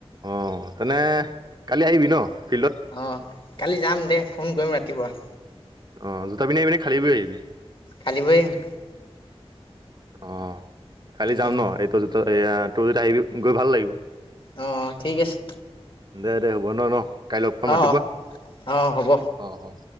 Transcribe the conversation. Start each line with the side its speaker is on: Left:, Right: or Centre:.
Right: অ, তেনে কালি আহিবি ন? ফিল্ডত
Left: অহ কালি যাম দে ফোন কৰিম ৰাতিপুৱা।
Right: অ জোতা পিন্ধি আহিবি নে খালি ভৰি আহিবি?
Left: খালী ভৰি আহিম।
Right: অ, কালি যাম
Left: উম,
Right: ন? এইটো যে তো-এয়া তইও যেতিয়া আহিবি গৈ ভাল লাগিব।
Left: অ, ঠিক আছে।
Right: দে-দে হ'ব, ন-ন কাই লগ পাম ৰাতিপুৱা।
Left: অ', অ', হ'ব।
Right: অ', অ'।